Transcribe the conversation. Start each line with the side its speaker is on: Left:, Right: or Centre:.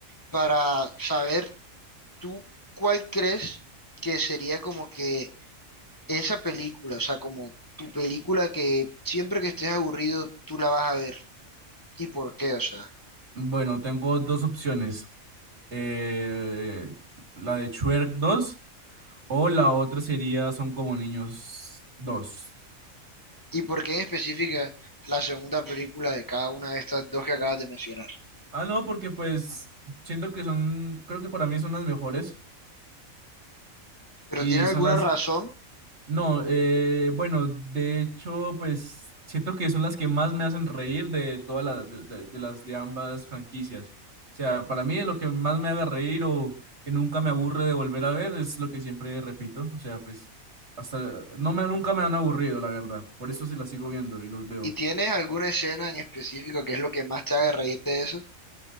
Left: para saber ¿tú cuál crees que sería como que esa película, o sea, como tu película que siempre que estés aburrido tú la vas a ver? ¿Y por qué? O sea,
Right: Bueno, tengo dos opciones, eh, la de Shrek 2 o la otra sería Son como niños 2.
Left: ¿y por qué en específica la segunda película de cada una de estas dos que acabas de mencionar?
Right: Ah, no, porque pues siento que son, creo que para mí son las mejores
Left: ¿Pero
Right: y
Left: tiene alguna
Right: son las
Left: razón?
Right: No, eh, bueno, de hecho, pues siento que son las que más me hacen reír de todas las de, de- de las de ambas franquicias. O sea, para mí lo que más me haga reír o que nunca me aburre de volver a ver es lo que siempre repito. O sea, pues hasta no me nunca me han aburrido, la verdad. Por eso sí las sigo viendo y los veo.
Left: ¿Y tienes alguna escena en específico que es lo que más te haga reírte de eso?